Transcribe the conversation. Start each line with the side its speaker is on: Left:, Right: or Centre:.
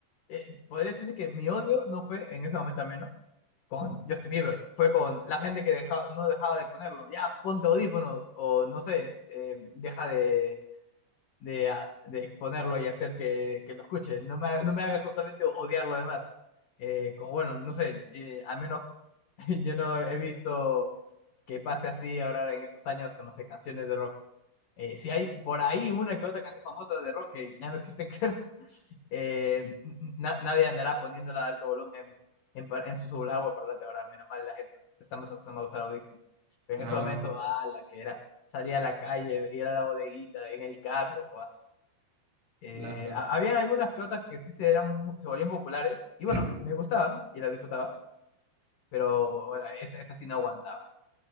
Left: eh, podría decirse que mi odio no fue en ese momento al menos con Justin Bieber, fue con la gente que deja- no dejaba de ponerlo, ya ponte audífonos o no sé, eh, deja de, de, a- de exponerlo y hacer que, que lo escuchen, no me, ha- no me haga justamente odiar lo demás. Eh, como bueno, no sé, eh, al menos <laughs> yo no he visto que pase así ahora en estos años con, no sé, canciones de rock. Eh, si hay por ahí una que otra canción famosa de rock que ya no existen, <laughs> creo eh, na- nadie andará poniéndola a alto volumen en, pa- en su subagua parlante ahora, menos mal la gente está más acostumbrada a usar audífonos. Pero
Right: Ah,
Left: en ese momento, ah, la que era salir a la calle, ir a la bodeguita, en el carro, o eh,
Right: claro.
Left: ha- habían algunas que otras que sí se, eran, mu- se volvían populares, y bueno,
Right: <clears throat>
Left: me gustaban y las disfrutaba, pero bueno, esa, esa sí no aguantaba.